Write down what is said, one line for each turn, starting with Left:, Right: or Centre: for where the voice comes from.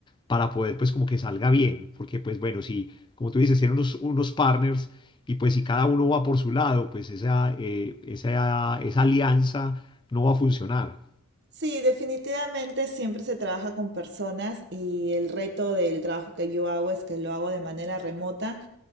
Left: para poder pues como que salga bien, porque pues bueno, si como tú dices, tienen unos, unos partners y pues si cada uno va por su lado, pues esa, eh, esa, esa alianza no va a funcionar.
Right: sí, definitivamente siempre se trabaja con personas y el reto del trabajo que yo hago es que lo hago de manera remota.